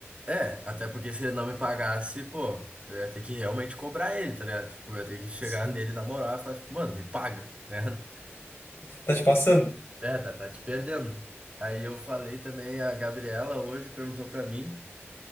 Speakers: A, on the right; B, on the left.
A: É, até porque se ele não me pagasse, pô, eu ia ter que realmente cobrar ele, tá ligado? Tipo, eu ia ter que chegar
B: Sim.
A: nele na moral e falar, tipo, mano, me paga, tá ligado? <laughs>
B: Tá te passando?
A: É, tá, tá te perdendo. Aí eu falei também, a Gabriela hoje perguntou pra mim.